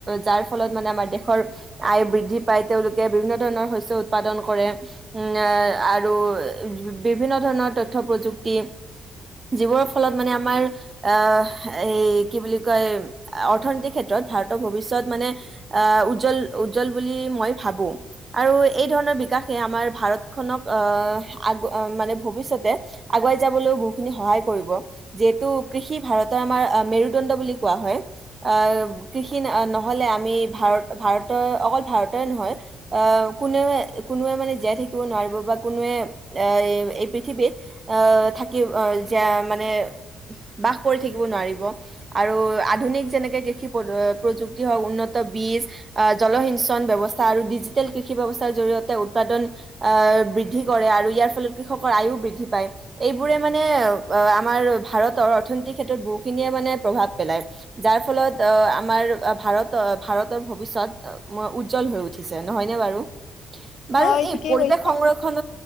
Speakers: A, on the right; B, on the left.
A: যাৰ ফলত মানে আমাৰ দেশৰ। আয় বৃদ্ধি পাই তেওঁলোকে বিভিন্ন ধৰণৰ শস্য উৎপাদন কৰে। উম আৰু বিভিন্ন ধৰণৰ তথ্য প্ৰযুক্তি। যিবোৰৰ ফলত মানে আমাৰ। আহ এই কি বুলি কয় অৰ্থনৈতিক ক্ষেত্ৰত ভাৰতৰ ভৱিষ্যয়ত মানে। আহ উজ্জ্বল উজ্জ্বল বুলি মই ভাবো আৰু এই ধৰণৰ। বিকাশে আমাৰ। ভাৰতখনক আ আগ মানে ভৱিষ্যতে। আগুৱাই যাবলৈও বহুত খিনি সহায় কৰিব। যিহেতু কৃষি ভাৰতৰ আমাৰ আ মেৰুদণ্ড বুলি কোৱা হয়। আ কৃষি নহ'লে আমি ভাৰত ভাৰতৰ অকল ভাৰতৰে নহয়। আ কোনোৱে কোনোৱে মানে জীয়াই থাকিব নোৱাৰিব বা কোনোৱে আ এই। পৃথিৱীত আ থাকি যে মানে বাস কৰি থাকিব নোৱাৰিব। আৰু আধুনিক যেনেকে কৃষি প্ৰযুক্তি হওঁক উন্নত বীজ। জলসিঞ্চন ব্যৱস্থা আৰু ডিজিটেল কৃষি ব্যৱস্থাৰ জৰিয়তে উৎপাদন বৃদ্ধি কৰে আৰু ইয়াৰ ফলত কৃষকৰ আয়ো বৃদ্ধি পায়। এইবোৰে মানে আমাৰ ভাৰতৰ অৰ্থনীতিৰ ক্ষেত্ৰত বহুখিনিয়ে মানে প্ৰভাৱ পেলায়। যাৰ ফলত আমাৰ ভাৰত ভাৰতৰ ভৱিষ্যত উজ্জ্বল হৈ উ উঠিছে নহয়নে বাৰু, বাৰু
B: হয়
A: এই
B: ঠিকেই
A: পৰিৱেশ
B: কৈছা।
A: সংৰক্ষণ